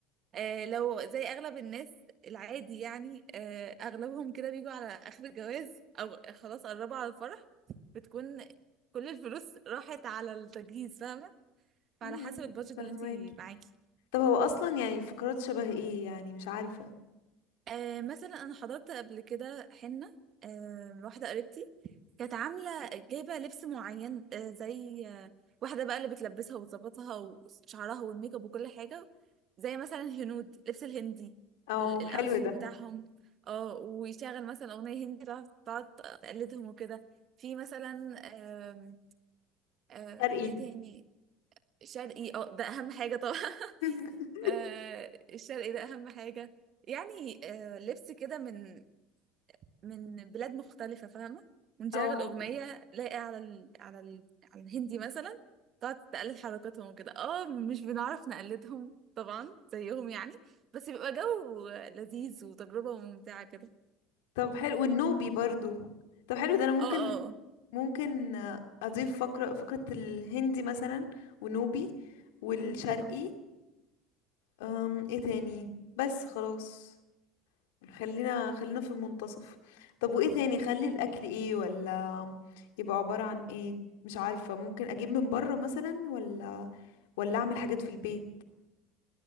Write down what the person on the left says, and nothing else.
امم
فهماكي
طب هو اصلا يعني الفقرات شبه ايه يعني مش عارفة
او
حلو ده
شرقي
<laughs>
او
طب حلو والنوبي برضو طب حلو ده انا ممكن
ممكن اضيف فقرة فقرة الهندي مثلا ونوبي والشرقي
أم ايه تاني بس خلاص خلينا خلينا في المنتصف طب وايه تاني خلي الاكل ايه ولا يبقى عبارة عن ايه مش عارفة ممكن اجيب من بره مثلا ولا ولا اعمل حاجات في البيت